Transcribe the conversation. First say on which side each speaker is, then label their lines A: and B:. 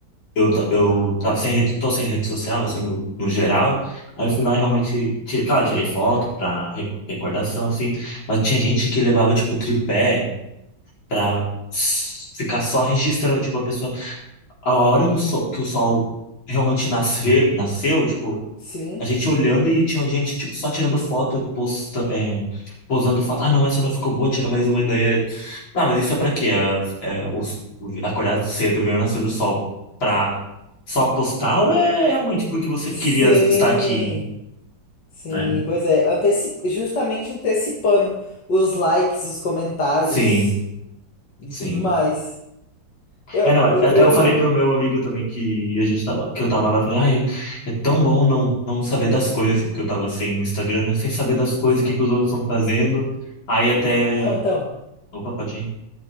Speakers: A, on the left; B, on the left.
A: eu, ta- eu tava sem rede, tô sem rede social, assim, no, no geral. Aí eu fui lá e realmente, tirei, claro, tirei foto pra re- recordação, assim, mas tinha gente que levava, tipo, tripé pra s- ficar só registrando, tipo, a pessoa. A a hora que o sol, que o sol realmente nascer, nasceu, tipo.
B: Sim.
A: A gente olhando e tinha gente, tipo, só tirando foto, posta, é, posando foto. Ah, não, essa não ficou boa, tira mais uma ideia. Tá, mas isso é pra quê? É, é, o- acordar cedo, ver o nascer do sol pra só postar ou é realmente porque você
B: Sim,
A: queria estar aqui,
B: sim,
A: né?
B: pois é, anteci- justamente antecipando os likes, os comentários
A: Sim,
B: e
A: sim.
B: tudo mais. Eu,
A: É, não, é,
B: eu,
A: até
B: eu
A: eu
B: vou.
A: falei pro meu amigo também que a gente tava, que eu tava lá, eu falei, ai, é tão bom não, não saber das coisas, assim, porque eu tava sem Instagram, né? Sem saber das coisas,
B: Sim.
A: o que que os outros estão fazendo. Aí até.
B: Não, então.
A: Opa, pode ir.